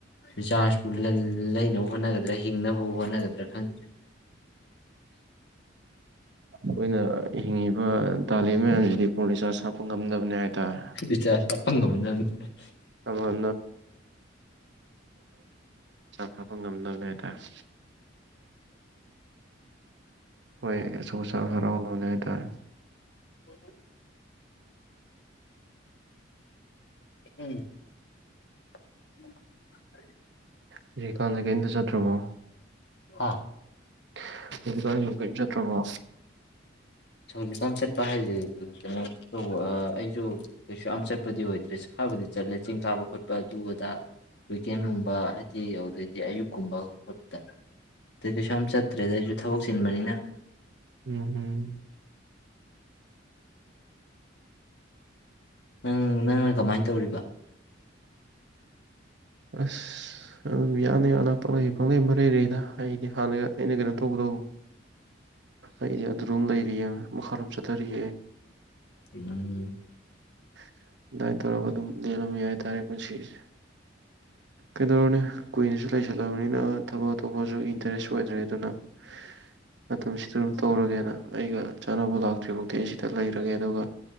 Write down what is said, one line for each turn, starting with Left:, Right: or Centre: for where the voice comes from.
Left: ꯕꯤꯖꯕꯨ ꯂꯜ ꯂꯩꯅꯕ ꯍꯣꯠꯅꯒꯗꯔꯥ ꯍꯤꯡꯅꯕ ꯍꯣꯠꯅꯒꯗꯔ ꯈꯪ <inaudible>
Right: ꯑꯩꯈꯣꯏꯅ <unintelligible> ꯐꯣꯟ ꯔꯤꯆꯥꯔꯖ ꯍꯥꯞꯄ ꯉꯝꯅꯕꯅꯦ ꯍꯥꯏꯇꯥꯔꯦ꯫
Left: ꯔꯤꯆꯥꯔꯖ ꯍꯥꯞꯄ <inaudible>
Right: <unintelligible> <unintelligible> ꯔꯤꯆꯥꯔꯖ ꯀꯥꯞꯄ ꯉꯝꯅꯕꯅꯦ ꯍꯥꯏꯇꯥꯔꯦ ꯍꯣꯏ ꯑꯆ ꯑ <unintelligible> ꯍꯥꯏꯇꯥꯔꯦ
Left: <inaudible> ꯎꯝ꯫ <inaudible>
Right: ꯍꯨꯖꯤꯛ ꯀꯟꯖꯦ ꯀꯩꯝꯇ ꯆꯠꯇꯔ꯭ꯕꯣ?
Left: ꯍꯥ
Right: <unintelligible> <unintelligible> ꯆꯠ ꯇꯔ꯭ꯕꯣ?
Left: ꯍꯧꯖꯤꯛꯀꯥꯟ ꯆꯠꯄ ꯍꯥꯏꯁꯦ ꯀꯩꯅꯣ ꯇꯧꯕ ꯑꯩꯁꯨ ꯀꯩꯁꯨ ꯌꯥꯝ ꯆꯠꯄꯗꯤ ꯑꯣꯏꯗ꯭ꯔꯦ ꯈꯕꯨꯗꯤ ꯆꯠꯂꯦ ꯆꯤꯡ ꯀꯥꯕ ꯈꯣꯠꯄ ꯑꯗꯨ ꯑꯗꯥ ꯋꯤꯀꯦꯟꯒꯨꯝꯕ ꯍꯥꯏꯗꯤ ꯑꯗꯨꯗꯩꯗꯤ ꯑꯌꯨꯛꯀꯨꯝꯕ ꯈꯣꯠꯄꯗ ꯑꯗꯩ ꯀꯩꯁꯨ ꯌꯥꯝ ꯆꯠꯇ꯭ꯔꯦꯗ ꯑꯩꯁꯨ ꯊꯕꯛ ꯆꯤꯟꯕꯅꯤꯅ꯫
Right: ꯎꯝ- ꯎꯝ꯫
Left: ꯅꯪ ꯅꯪꯅ ꯀꯃꯥꯏꯅ ꯇꯧꯔꯤꯕ?
Right: ꯑꯁ ꯑꯗꯨꯝ ꯌꯥꯅ- ꯌꯥꯅ ꯄꯪꯪꯂꯩ - ꯄꯪꯂꯩ ꯃꯔꯩꯔꯗ ꯑꯩꯗꯤ ꯍꯥꯟꯅ ꯑꯩꯅ ꯀꯩꯅꯣ ꯇꯧꯕ ꯗꯣ꯫ ꯑꯩꯗꯤ ꯑꯗꯨꯝ ꯂꯩꯔꯤꯌꯦ꯫ ꯃꯈꯥꯔꯝ ꯆꯇꯔꯏ꯫
Left: ꯎꯝ
Right: <unintelligible> ꯂꯦꯜꯂꯝꯃꯤ ꯍꯥꯏꯇꯥꯔꯦ ꯄꯨꯟꯁꯤꯁꯦ ꯀꯩꯗꯧꯔꯨꯅꯤ ꯀꯨꯏꯅꯁꯨ ꯂꯩꯁꯜꯂꯕꯅꯤꯅ ꯊꯕꯛ ꯑꯇꯣꯞꯄꯁꯨ ꯏꯟꯇꯔꯦꯁ ꯑꯣꯏꯗ꯭ꯔꯦ ꯑꯗꯨꯅ <unintelligible> ꯇꯧꯔꯒꯦꯅ ꯑꯩꯒ ꯆꯥꯟꯅꯕ ꯂꯥꯛꯇ꯭ꯔꯤꯐꯥꯎꯗꯤ ꯑꯩ ꯁꯤꯗ ꯂꯩꯔꯒꯦ ꯑꯗꯨꯒ